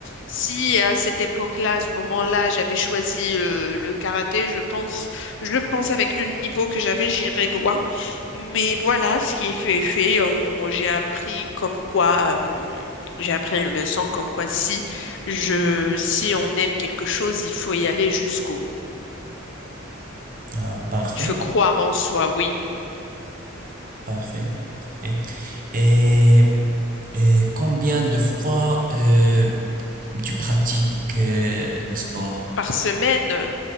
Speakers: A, on the left (about 65°); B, on the right (about 40°).
A: si à cette époque-là, à ce moment-là, j'avais choisi euh, le karaté, je pense, je pense avec le niveau que j'avais, j'irais loin. Mais voilà, ce qui est fait est fait. On- j'ai appris comme quoi, euh, j'ai appris une leçon comme quoi si je, si on aime quelque chose, il faut y aller jusqu'au bout.
B: Ah, parfait,
A: Il faut croire en soi, oui.
B: parfait, parfait. Et, et combien de fois euh, tu pratiques euh, le sport?
A: Par semaine.